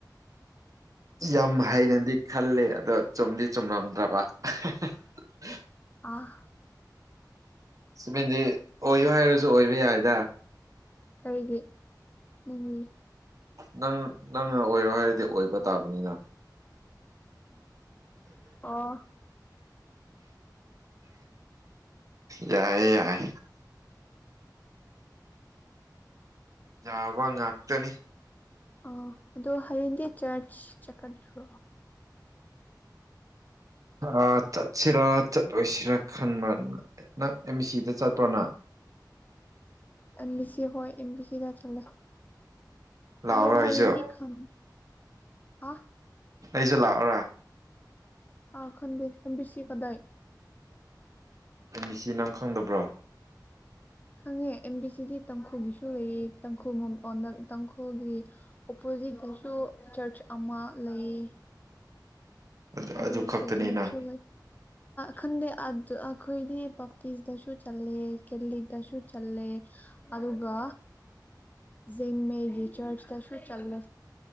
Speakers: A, on the right; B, on the left.
A: ꯌꯥꯝ ꯍꯩꯅꯗꯤ ꯈꯂꯦ ꯑꯗꯣ ꯆꯨꯝꯗꯤ ꯆꯨꯝꯂꯝꯝꯗ꯭ꯔꯕ ꯑ <unintelligible> <inaudible>
B: ꯑꯥ
A: ꯁꯨꯃꯤꯦꯟꯗꯤ ꯑꯣꯏꯌꯨ ꯍꯥꯏꯔꯁꯨ ꯑꯣꯏꯕ ꯌꯥꯏꯗ
B: ꯀꯔꯤꯒꯤ ꯅꯤꯡꯒꯤ
A: ꯅꯪ ꯅꯪꯅ ꯑꯣꯏꯔꯣ ꯍꯥꯏꯔꯗꯤ ꯑꯣꯏꯕ ꯇꯥꯕꯅꯤꯅ
B: ꯑꯣ
A: ꯌꯥꯏꯦ ꯌꯥꯏ ꯌꯥꯕ ꯉꯥꯛꯇꯅꯤ
B: ꯑ ꯑꯗꯨꯗꯣ ꯍꯌꯦꯗꯤ ꯆꯔꯆ ꯆꯀꯠꯣ
A: ꯑ ꯆꯠꯁꯤꯔ ꯆꯠꯂꯣꯏꯁꯤꯔ ꯈꯟꯕ ꯅꯦ ꯅꯪ ꯑꯦꯝ ꯕꯤ ꯁꯤꯗ ꯆꯠꯄ꯭ꯔꯣꯅ
B: ꯑꯦꯝ ꯕꯤ ꯁꯤ ꯍꯣꯏ ꯑꯦꯝ ꯕꯤ ꯁꯤꯗ ꯆꯠꯂꯦ
A: ꯂꯥꯛꯑꯣꯔꯥ
B: ꯑꯗꯣ ꯍꯥꯏꯌꯦꯡꯗꯤ
A: ꯑꯩꯁꯨ
B: ꯈꯦ ꯑ
A: ꯑꯩꯁꯨ ꯂꯥꯛꯑꯣꯔꯥ
B: ꯑ ꯈꯟ ꯈꯟꯕꯤꯁꯤ ꯀꯗꯥꯏ
A: ꯑꯦꯝ ꯕꯤ ꯁꯤ ꯅꯪ ꯈꯪꯗꯕ꯭ꯔꯣ
B: ꯈꯪꯉꯦ ꯑꯦꯟ ꯕꯤ ꯁꯤꯗꯤ ꯇꯥꯡꯈꯨꯒꯤꯁꯨ ꯂꯩꯌꯦ ꯇꯈꯨ ꯇꯥꯡꯈꯨꯒꯤ ꯍꯧꯖꯤꯛꯁꯨ ꯆꯔꯆ ꯑꯃ ꯂꯩ
A: <unintelligible> <inaudible>
B: ꯑꯗ
A: ꯑꯗꯨ ꯈꯛꯇꯅꯤꯅ
B: ꯀꯦꯔꯃꯤꯆꯨ ꯈꯟꯗꯦ ꯑꯗꯨ ꯑꯩꯈꯣꯏꯗꯤ ꯕꯞꯇꯤꯁꯇꯁꯨ ꯆꯜꯂꯦ ꯀꯦꯜꯂꯤꯗꯁꯨ ꯆꯜꯂꯦ ꯑꯗꯨꯒ ꯖꯃꯦꯒꯤ ꯆꯔꯆꯇꯁꯨ ꯆꯜꯂꯦ